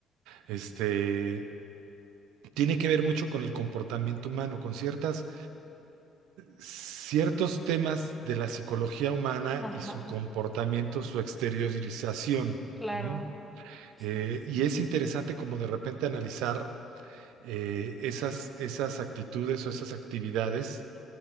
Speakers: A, on the right; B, in the centre.
A: este tiene que ver mucho con el comportamiento humano, con ciertas, ciertos temas de la psicología humana
B: Ajá,
A: y su comportamiento, su exteriorización,
B: claro,
A: ¿no?
B: sí.
A: Eh, y es interesante como de repente analizar eh, esas, esas actitudes o esas actividades.